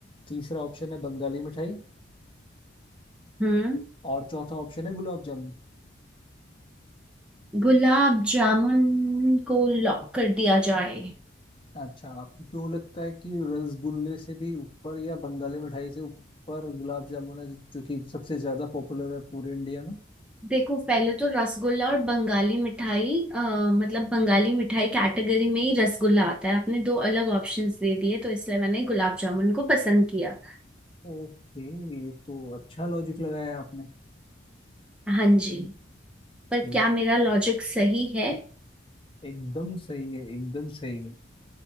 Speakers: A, on the left; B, in the centre.
A: तीसरा ऑप्शन है बंगाली मिठाई
B: हम्म
A: और चौथा ऑप्शन है गुलाब जामुन
B: गुलाब जामुन को लॉक कर दिया जाए
A: अच्छा आपको क्यों लगता है कि रसगुल्ले से भी ऊपर या बंगाली मिठाई से ऊपर गुलाब जामुन है जो कि सबसे ज्यादा पॉपुलर है पूरे इंडिया में
B: देखो पहले तो रसगुल्ला और बंगाली मिठाई अ, मतलब बंगाली मिठाई कैटेगरी में ही रसगुल्ला आता है आपने दो अलग ऑप्शंस दे दिए तो इसलिए मैंने गुलाब जामुन को पसंद किया
A: ओके ये तो अच्छा लॉजिक लगाया आपने
B: हाँ जी पर
A: ठीक
B: क्या मेरा लॉजिक सही है
A: एकदम सही है एकदम सही है